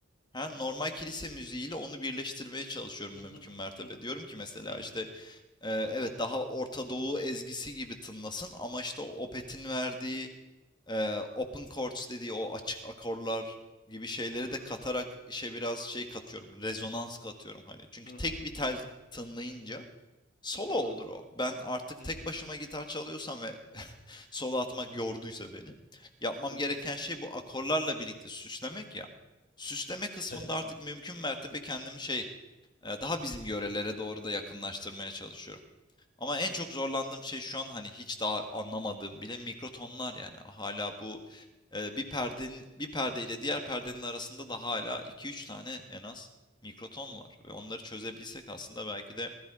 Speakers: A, on the left; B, on the left.
A: Ha, normal kilise müziğiyle onu birleştirmeye çalışıyorum
B: Hı
A: mümkün
B: hı.
A: mertebe.
B: Hı hı.
A: Diyorum ki mesela
B: Hı
A: işte
B: hı.
A: e, evet daha Orta Doğu ezgisi gibi tınlasın ama işte o Opeth'in verdiği e, open chords dediği o açık akorlar gibi şeyleri
B: Hı
A: de
B: hı.
A: katarak işe biraz şey katıyorum. Rezonans katıyorum hani. Çünkü
B: Hı
A: tek
B: hı.
A: bir tel
B: Hı hı.
A: tınlayınca solo
B: Hı
A: olur
B: hı.
A: o. Ben artık
B: Hı
A: tek
B: hı.
A: başıma gitar çalıyorsam ve <laughs> solo atmak yorduysa beni. Yapmam
B: Hı
A: gereken
B: hı.
A: şey bu akorlarla birlikte süslemek ya. Süsleme kısmında
B: Tabii ki.
A: artık mümkün mertebe kendimi şey e, daha bizim yörelere doğru da yakınlaştırmaya çalışıyorum. Ama en
B: Hı hı.
A: çok zorlandığım şey şu an hani hiç daha anlamadığım bile mikrotonlar yani hala bu e, bir perdenin bir perdeyle diğer perdenin arasında da hala iki üç tane en az mikroton var ve onları çözebilsek aslında belki de